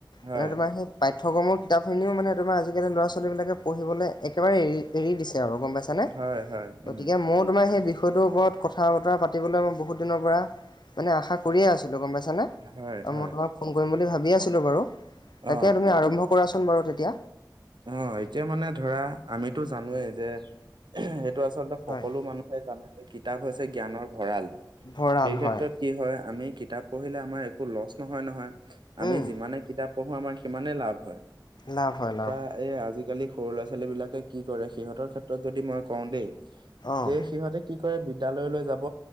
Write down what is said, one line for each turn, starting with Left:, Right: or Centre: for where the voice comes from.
Right: হয়,
Left: মানে তোমাৰ সেই পাঠ্যক্ৰমৰ কিতাপখিনিও মানে তোমাৰ আজিকালি ল'ৰা ছোৱালীবিলাকে পঢ়িবলৈ একেবাৰে এৰি এৰি দিছে আৰু গম পাই- -ছানে
Right: হয়, হয়, উম,
Left: গতিকে ময়ো তোমাৰ সেই বিষয়টোৰ ওপৰত কথা বতৰা পাতিবলৈ মই বহুত দিনৰ পৰা মানে আশা কৰিয়ে আছিলোঁ গম পাইছানে
Right: হয়, হয়,
Left: মই তোমাক ফোন কৰিম বুলি ভাবিয়েই আছিলো বাৰু তাকে
Right: অ',
Left: তুমি আৰম্ভ কৰাচোন বাৰু তেতিয়া
Right: অ এতিয়া মানে ধৰা আমিতো জানোৱেই যে সেইটো আচলতে সকলো
Left: হয়
Right: মানুহে জানে যে কিতাপ হৈছে জ্ঞানৰ ভঁৰাল
Left: ভঁৰাল
Right: সেই ক্ষেত্ৰত
Left: হয়
Right: কি হয় আমি কিতাপ পঢ়িলে আমাৰ একো লছ নহয় নহয় আমি
Left: উম,
Right: যিমানে কিতাপ পঢ়ো আমাৰ সিমানেই লাভ হয়
Left: লাভ হয় লাভ
Right: আৰে আজিকালি সৰু ল'ৰা ছোৱালী বিলাকে কি কৰে সিহঁতৰ ক্ষেত্ৰত যদি মই কওঁ দেই
Left: অঁ
Right: তে সিহঁতে কি কৰে বিদ্যালয়লৈ যাব